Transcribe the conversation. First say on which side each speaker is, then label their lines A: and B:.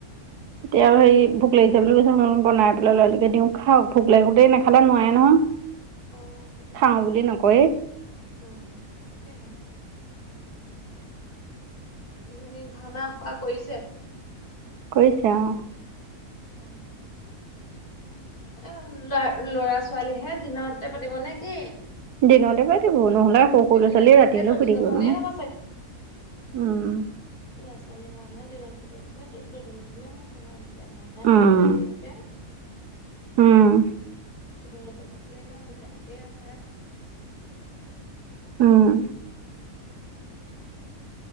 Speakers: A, on the right; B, on the left.
A: এতিয়া
B: অ
A: আৰু হেৰি ভোক লাগিছে বুলি কৈছে মই বুলো বনাই পেলাই ল'ৰাটোকে দিওঁ খাওঁক, ভোক লাগোতেই নাখালে নোৱাৰে নহয়।
B: অ', সেইটো
A: খাওঁ
B: হয় বাৰু
A: বুলি নকয়ে
B: উম, তাকেহে। উম, সেই ভাওনাৰ আখৰা কৰিছে?
A: কৰিছে অ',।
B: অ', এই ল'ৰা-ল'ৰা ছোৱালীহে, দিনতে পাতিব নেকি?
A: দিনতে পাতিব। নহ'লে, সৰু-সৰু
B: তেতিয়াহ'লে
A: ল'ৰা ছোৱালী
B: চাগে
A: ৰাতিলৈ
B: দধি
A: শুই থাকিব
B: মথনে
A: নহয়।
B: হ'ব
A: উম।
B: ল'ৰা-ছোৱালীৰ ভাওনা দিনতে পাতে যেতিয়া, দধি-মথনে হ'ব। অংকীয়া ভাওনাহে
A: উম
B: পাতিব এইবিলাকে। দুপৰীয়াকে
A: উম
B: পাতিলে এনেও, অংকীয়া নাটেই আগবঢ়ায়।
A: উম।